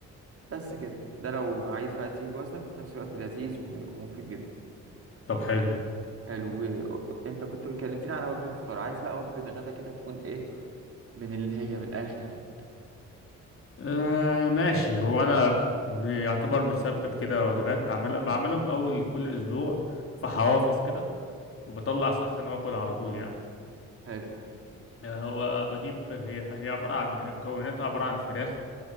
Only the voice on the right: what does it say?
بس كده ده لو عايز بقى تزيد وزنك وفي نفس الوقت لذيذ و- ومفيد جدا
حلو و- انت كنت كلمتني على وجبة فطار عايز بقى وجبة غدا كده تكون ايه من اللي هي من الاخر يعني
حلو